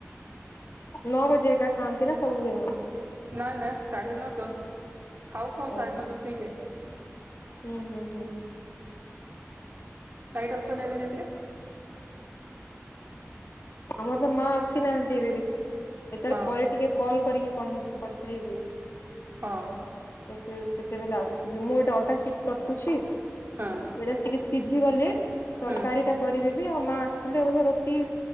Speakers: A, on the left; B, on the right.
A: ନଅ ବଜେ ଏକା ଖାଆନ୍ତି ନା ସବୁଦିନ?
B: ନା ନା, ସାଢ଼େ ନଅ ଦଶ, ଖାଉ ଖାଉ
A: ଓହୋ।
B: ସାଢ଼େ ନଅ ଦଶ ହେଇଯାଏ।
A: ହୁଁ ହୁଁ ହୁଁ।
B: ରାଇଟ ଅପ୍ସନ୍ ହେଲେ ଯେ ଥିରେ
A: ଆମର ତ ମା ଆସିନାହାନ୍ତି ଏବେ ବି ଏ ତାର
B: ହଁ
A: ପରେ ଟିକେ କଲ୍ କରିକି କହି ପଚାରିବି।
B: ହଁ
A: ତ ସେ କେତେବେଳେ ଆସିବେ, ମୁଁ ଏଠି ଅଟା ଚି ଚ କୁଛି,
B: ହଁ
A: ଏଇଟା ଟିକେ ସିଝି ଗଲେ
B: ହୁଁ
A: ତରକାରୀଟା କରିଦେବି, ଆଉ ମା ଆସିଥିଲେ ବୋଧେ ରୁଟି